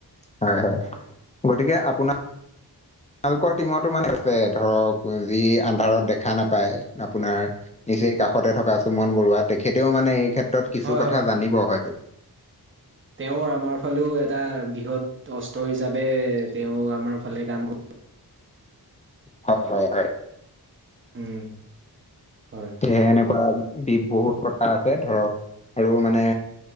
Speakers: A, on the left; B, on the right.
A: হয়, হয়, গতিকে আপোনাক তেওঁলোকৰ টিমতো মানে আছে, ধৰক যি আন্ধাৰত দেখা নাপায় আপোনাৰ। নিচেই কাষতে থকা, চুমন বৰুৱা। তেখেতেও মানে এই ক্ষেত্ৰত কিছু
B: হয়,
A: কথা জানিব হয়তো।
B: তেওঁ আমাৰ ফালেও, এটা বৃহৎ অস্ত্ৰ হিচাপে তেওঁ আমাৰ ফালে কাম
A: হয় হয়, হয়।
B: উম, হয়।
A: সেয়েহে এনেকুৱা বি, বহুত কথা আছে ধৰক, আৰু মানে